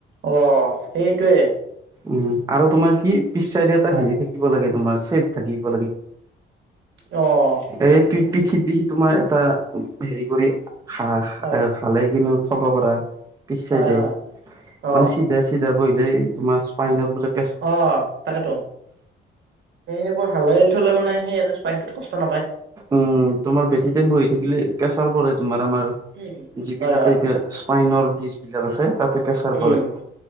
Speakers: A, on the right; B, on the right.
A: অ', সেইটোৱে
B: উম', আৰু তোমাৰ কি পিচ চাইদ এটা
A: হয়
B: হেৰি থাকি থাকিব লাগে। তোমাৰ ছেফ থাকিব লাগে।
A: অ',
B: এই পিঠিত দেখি তোমাৰ এটা হেৰি কৰি হ
A: হয়
B: ভালে কিন্তু, থবা পৰা পিছ চাই
A: হয়
B: দে
A: হয় অ
B: মানে চিধা চিধা বঢ়িলে তোমাৰ স্পাইনত বিলাক
A: অ', তাকেতো এনেকা হাল থলে মানে সেই পানীটোত কষ্ট নাপায়
B: উম', তোমাৰ বেছি
A: উম
B: টাইম বহি থাকিলে। পেচাৰ পৰে তোমাৰ আমাৰ
A: উম
B: যিবিলাক
A: হয় হয়
B: স্পাইনৰ বিল আছে। তাতে পেছাৰ
A: উম
B: পৰে।